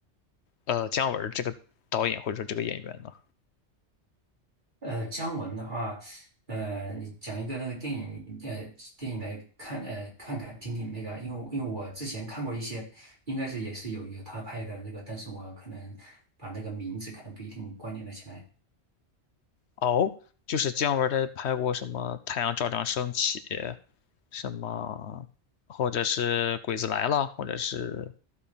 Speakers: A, on the left; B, on the right.
A: 呃姜文儿这个导演或者说这个演员呢？
B: 呃，姜文的话，呃，你讲一个那个电影，呃，电影来看，呃，看看听听那个，因为因为我之前看过一些，应该是也是有有他拍的那个，但是我可能把那个名字可能不一定关联得起来。
A: 哦，就是姜文儿他拍过什么《太阳照常升起》，什么，或者是《鬼子来了》，或者是